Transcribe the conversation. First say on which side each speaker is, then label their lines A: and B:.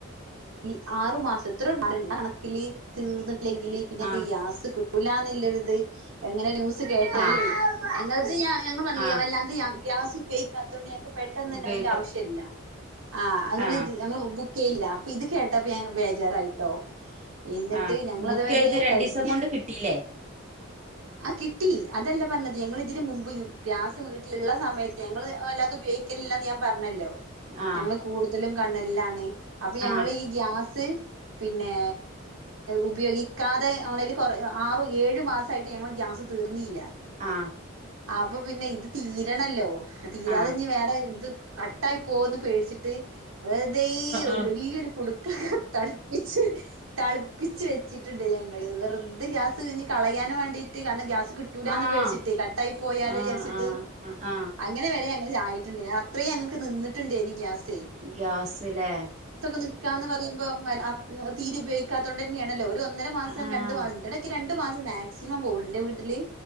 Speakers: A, on the right; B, on the right.
A: ഈ ആറു മാസത്തി <unintelligible> തീർന്നി ല്ലെങ്കില് പിന്നൊക്കെ
B: ആഹ്
A: ഗ്യാസ് കിട് <unintelligible> എന്ന്ള്ളൊരിത് എങ്ങനെ ന്യൂസ്‌ കേട്ടേല്
B: ആഹ്
A: <unintelligible> <unintelligible> <unintelligible>
B: ആഹ്
A: ഗ്യാസ് ഉപയോഗിക്കാൻ- ത്തോണ്ട് ഞങ്ങക്ക് പെട്ടെന്ന്
B: ഉപയോഗിക്ക
A: അതിന്റെ ആവശ്യല്ല- ആ അങ്ങനെ
B: ആഹ്
A: ജ്ജ് ഞങ്ങള് ബുക്ക് - യ്യ്ല്ലാ- ഇത് കേട്ടപ്പോ ഞാൻ ബേജാറായിട്ടോ- എന്നിട്ട്
B: ആഹ്
A: ഞങ്ങളതുവരെ
B: ബുക്ക് ചെയ്ത് രണ്ടീസം
A: കരുതില്ല
B: കൊണ്ട് കിട്ടീല്ലേ
A: ആ കിട്ടി അതല്ല പറഞ്ഞത് ഞങ്ങൾ ഇതിന് മുമ്പ് ഗ്യാസ് വീട്ടിലുള്ള സമയത്ത് ഞങ്ങൾ അല്ലാതെ ഉപയോഗിക്കലില്ലന്ന് ഞാൻ പറഞ്ഞല്ലോ?
B: ആഹ്
A: ഞങ്ങൾ കൂടുതലും- കണ്ണലിലാണ്- അപ്പൊ ഞങ്ങള്
B: ആഹ്
A: ഈ ഗ്യാസ്- ത് പിന്നെ ഉപയോഗിക്കാതെ ഞങ്ങൾ കുറെ ആറു ഏഴു മാസമായിട്ട് ഞങ്ങൾ ഗ്യാസ് തീർന്നില്ല-
B: ആ
A: അപ്പൊ പിന്നെ ഇത് തീരണല്ലോ തീരാതെ
B: ആഹ്
A: ഇത് വേറെ ഇത് കട്ടായി പോകുമെന്ന് പേടിച്ചിട്ട് വെറുതെ-
B: ആഹ്
A: വലീയൊരു കൊടുക്ക ത പ്പിച്ച്, തളുപ്പിച്ച് വെച്ചിട്ടുണ്ട് ഞങ്ങള് വെറുതെ ഗ്യാ ത് ഇനികളയാന് വേണ്ടീ- <unintelligible> കിട്ടൂല എന്ന്
B: ആഹ്
A: പേടിച്ചിച്ച് കട്ടായി പോയാലോ
B: ആഹ് ആഹ്
A: എന്ന് വിചാരിച്ചിട്ട്
B: ആഹ് ആഹ് ആഹ്
A: അങ്ങനെ വരെ- അ ആയിട്ടുണ്ട് അത്രയും ഞങ്ങൾക്ക് നിന്നിട്ടുണ്ട് എനിക്ക് ഗ്യാസ്
B: ഗ്യാസ് ഇല്ലേ
A: നിക്കാ എന്ന് പറയുമ്പോ തീരെ ഉപയോഗിക്കാത്തതൊണ്ട് തന്നെയാണല്ലോ ഇത് ഒന്നര മാസം
B: ആഹ്
A: രണ്ട് മാസം ഇടക്ക് രണ്ടു മാസം മാക്സിമം ബോളിന്റെ വീട്ടില്